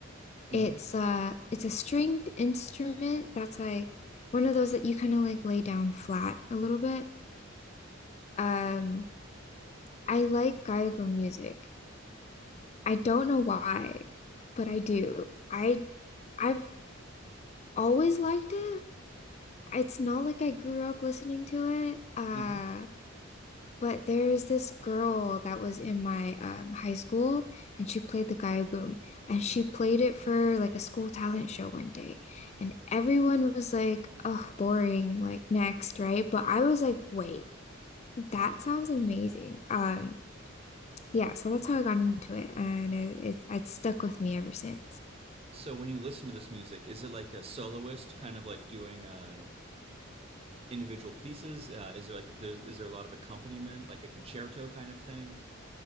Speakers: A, on the left; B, on the right.
A: It's
B: Mm-hmm.
A: uh it's a stringed instrument that's like one of those that you kind of like lay down flat a little bit. Um, I like gayagum music. I don't know why, but I do. I I've always liked it. It's not like I grew up listening to it. Uh
B: Mm-hmm.
A: But there's this girl that was in my um, high school, and she played the gayagum, and she played it for like a school talent show one day, and everyone was like, "Oh, boring!" Like next, right? But I was like, "Wait, that sounds amazing." Um, yeah, so that's how I got into it, and it, it's it's stuck with me ever since.
B: So when you listen to this music, is it like a soloist kind of like doing a individual pieces? Uh, is there like there, is there a lot of accompaniment, like a concerto kind of thing?